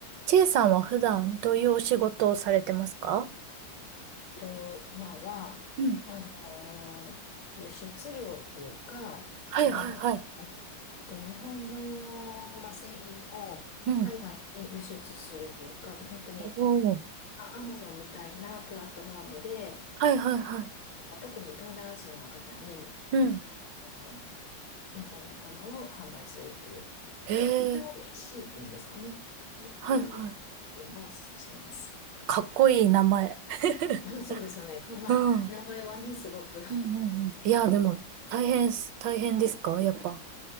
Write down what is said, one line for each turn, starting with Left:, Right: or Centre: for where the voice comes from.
Right: チェイさんは普段どういうお仕事をされてますか
Left: と、今は、
Right: うん。
Left: あの、輸出業っていうか、
Right: はいはいはい。
Left: あの、と日本の、まあ、製品を海外に輸出するっていうか、
Right: うん。
Left: まあ、本当に、
Right: おー
Left: アマゾンみたいなプラットフォームで、
Right: はいはいはい。
Left: えっと特に東南アジアの方に、
Right: うん。
Left: あの日本のものを販売するっていう、
Right: へえ。
Left: 越境 EC っていうんですかね。越境
Right: はいはい。
Left: EC っていうのをしてます。
Right: かっこいい名前。<laughs>
Left: <laughs> うんそうですよね。かまあ、
Right: うん。うん
Left: 名前はね、すごく
Right: うんうん。いや、でも、大変す、大変ですかやっぱ。